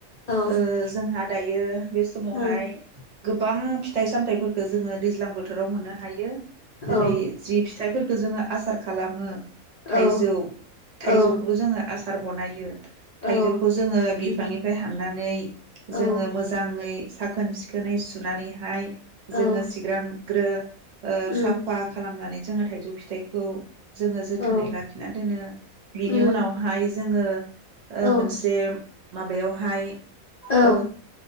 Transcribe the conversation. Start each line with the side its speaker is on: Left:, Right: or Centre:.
Left: औ
Right: ओ जोंहा दायो बे समावहाय
Left: औ
Right: गोबां फिथाइ सामथाइफोरखौ जोङो दैज्लां बो थोराव मोननो हायो
Left: औ
Right: जेरै जि फिथाइफोरखौ जोङो आसार खालामो ।
Left: औ
Right: थाइजौ थाइजौखौबो
Left: औ
Right: जोङो आसार बनायो । थाइजौखौ
Left: औ
Right: जोङो
Left: उम
Right: बिफांनिफ्राय हाननानै
Left: औ
Right: जोङो मोजाङै साखोन सिखोनै सुनानैहाय जोङो
Left: औ
Right: सिग्रां ग्रो ओ
Left: उम
Right: साफा खालामनानै जोङो थाइजौ फिथाइखौ जोङो जो
Left: औ
Right: थोनै लाखिना दोनो बिनि
Left: उम
Right: उनावहाय जोङो ओ
Left: औ
Right: मोनसे माबायावहाय
Left: औ
Right: ओ